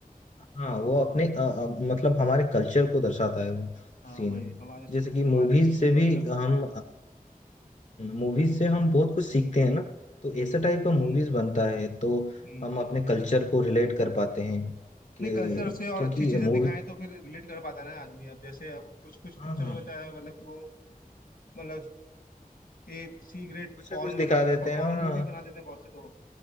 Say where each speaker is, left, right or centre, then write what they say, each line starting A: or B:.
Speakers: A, on the left; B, on the left.
A: हाँ वो अपने अ, अ, मतलब हमारे कल्चर को दर्शाता है वो
B: हाँ
A: सीन
B: वही हमारे
A: जैसे कि मूवीज
B: हमारे
A: से
B: कल्चर
A: भी
B: को
A: हम मूवीज से हम बहुत कुछ सीखते हैं ना तो ऐसे टाइप का मूवीज
B: हम्म
A: बनता है तो
B: हम्म
A: हम अपने कल्चर को रिलेट कर पाते हैं कि
B: नहीं कल्चर से और
A: क्योंकि
B: अच्छी चीजें
A: मूवी
B: दिखाएं तो फिर रिलेट कर पाता है ना आदमी अब जैसे अब कुछ कुछ
A: हाँ
B: पिक्चरों
A: हाँ
B: में तो है, मतलब कि वो मतलब ए सी ग्रेड
A: कुछ
B: पॉर्न
A: ना कुछ
B: मतलब
A: दिखा देते
B: लगभग
A: हैं
B: पॉर्न
A: हाँ
B: मूवी
A: हाँ
B: बना देते हैं बहुत से तो